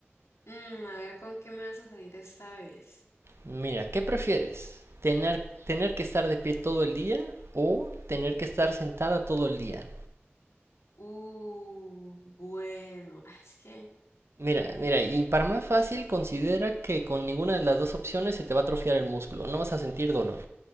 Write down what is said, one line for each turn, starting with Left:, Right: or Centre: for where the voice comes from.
Left: Mm, a ver con qué me vas a salir esta vez.
Right: Mira, ¿qué prefieres? ¿Tener, tener que estar de pie todo el día o tener que estar sentada todo el día?
Left: Uh, bueno, ah, es que...
Right: Mira, mira, y para más fácil, considera que con ninguna de las dos opciones se te va a atrofiar el músculo, no vas a sentir dolor.